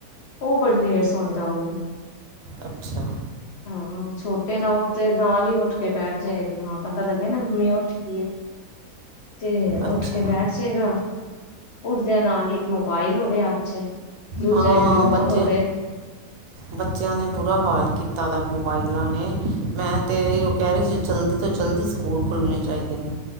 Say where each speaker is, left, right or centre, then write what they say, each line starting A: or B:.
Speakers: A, on the left; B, on the right.
A: ਉਹ ਬੜੀ ਲੇਟ ਸੌਦਾ ਉਹ ਵੀ
B: ਅੱਛਾ।
A: ਹਾਂ ਛੋਟ ਤਾਂ ਉੱਠ ਤੇ ਨਾਲ ਹੀ ਉੱਠ ਕੇ ਬੈਠ ਜਾਏਗੀ ਹਾਂ ਪਤਾ ਲੱਗਿਆ ਨਾ ਮੰਮੀ ਉੱਠ ਗਈ ਏ। ਤੇ
B: ਅੱਛਾ
A: ਉੱਠ ਕੇ ਬੈਠ ਜਾਏਗਾ ਉੱਠਦਿਆਂ ਨਾਲ ਹੀ ਇੱਕ ਮੋਬਾਇਲ ਹੋ ਗਿਆ ਹੱਥ ਚ ਦੂਜਾ
B: ਹਾਂ
A: ਇੱਕ ਰਿਮੋਟ
B: ਬੱਚੇ
A: ਹੋਵੇ
B: ਬੱਚਿਆਂ ਨੇ ਬ ਬੁਰਾ ਹਾਲ ਕੀਤਾ ਦਾ ਮੋਬਾਇਲਾਂ ਨੇ ਮੈਂ ਤੇ ਇਹ ਉਹ ਕਹਿ ਰਹੇ ਸੀ ਜਲਦੀ ਤੋਂ ਜਲਦੀ ਸਕੂਲ ਖੁੱਲ ਣੇ ਚਾਹੀਦੇ ਨੇ